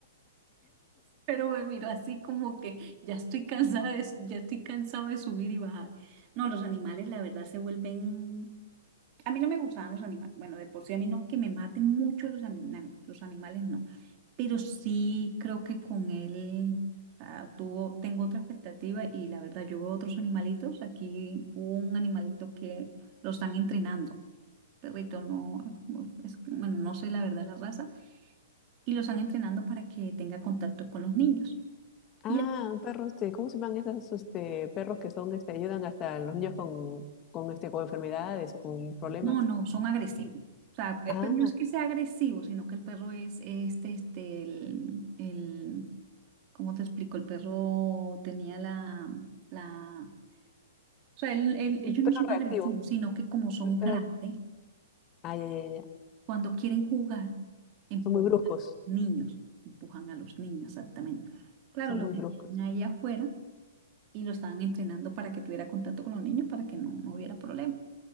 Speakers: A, on the right (about 35°); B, on the left (about 25°).
A: Pero me miró así como que ya estoy cansada de, ya estoy cansado de subir y bajar. No, los animales la verdad se vuelven, a mí no me gustaban los animales, bueno, de por sí a mí no es que me maten mucho los, ami- los animales, no pero sí creo que con él ah, tuvo, tengo otra expectativa y la verdad yo veo otros animalitos. Aquí hubo un animalito que lo están entrenando. Perrito, no, es, bueno, no sé la verdad la raza. Y lo están entrenando para que tenga contacto con los niños.
B: Ah,
A: Y el-
B: perros, este, ¿cómo se llaman esos este, perros que son, este, ayudan hasta a los niños con, con, este, con enfermedades o con problemas?
A: no, no, son agresivos. O sea, pe-
B: Ah,
A: pero no es que sea agresivo, sino que el perro es este, este, el, el- ¿cómo te explico? El perro tenía la, la O sea, el- el-
B: es
A: ellos
B: un perro
A: no son
B: reactivo.
A: agresivos, sino que como son grandes,
B: Pero, ah, ya, ya, ya. ya.
A: cuando quieren jugar, empujan
B: Son muy bruscos.
A: niños, empujan a los niños, exactamente. Claro,
B: Son
A: lo
B: muy
A: tenían
B: bruscos.
A: ahí afuera y lo estaban entrenando para que tuviera contacto con los niños, para que no, no hubiera problema.